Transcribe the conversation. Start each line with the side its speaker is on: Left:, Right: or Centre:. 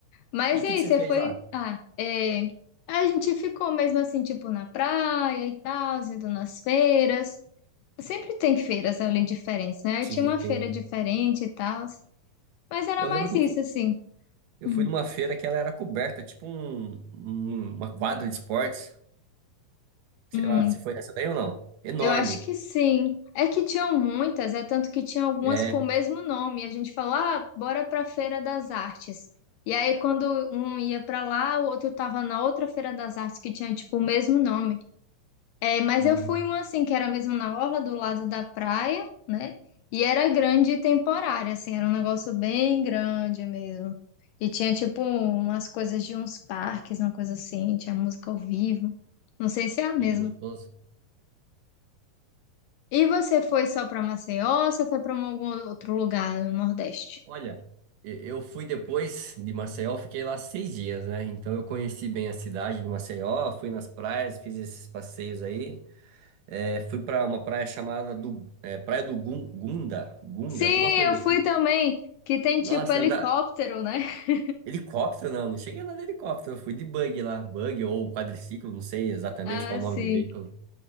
Left: Mas
Right: E o
Left: e
Right: que
Left: aí,
Right: que você
Left: você
Right: fez
Left: foi.
Right: lá?
Left: Ah, é, a gente ficou mesmo assim, tipo, na praia e tal, indo nas feiras. Sempre tem feiras ali diferentes, né? Aí
Right: Sim,
Left: Tinha uma
Right: tem.
Left: feira diferente e tal. Mas era
Right: Eu
Left: mais
Right: lembro que
Left: isso,
Right: eu fui,
Left: assim.
Right: eu
Left: Hum,
Right: fui numa feira que ela era coberta, tipo um- um- uma quadra de esportes. Sei
Left: hum,
Right: lá se foi nessa daí ou não. Enorme.
Left: eu acho que sim. É que tinham muitas, é tanto que tinha algumas
Right: É.
Left: com o mesmo nome. A gente falou, ah, bora pra Feira das Artes. E aí, quando um ia pra lá, o outro tava na outra Feira das Artes que tinha, tipo, o mesmo nome. É, mas
Right: Uhum.
Left: eu fui uma assim, que era mesmo na orla do lado da praia, né? E era grande e temporária, assim, era um negócio bem grande mesmo. E tinha, tipo, umas coisas de uns parques, uma coisa assim, tinha música ao vivo. Não sei se é a mesma.
Right: Ai, que gostoso.
Left: E você foi só pra Maceió ou você foi pra um algum outro lugar no Nordeste?
Right: Olha, e- eu fui depois de Maceió, fiquei lá seis dias, né? Então eu conheci bem a cidade de Maceió, fui nas praias, fiz esses passeios aí. É, fui para uma praia chamada do, é, Praia do Gun- Gunda, Gunga,
Left: Sim,
Right: alguma coisa
Left: eu fui
Right: assim.
Left: também, que tem,
Right: Nossa,
Left: tipo, helicóptero,
Right: andar.
Left: né? <laughs>
Right: Helicóptero, não, não cheguei a andar de helicóptero, eu fui de bug lá, bug ou quadriciclo, não sei exatamente
Left: Ah,
Right: qual é
Left: sim.
Right: o nome do veículo.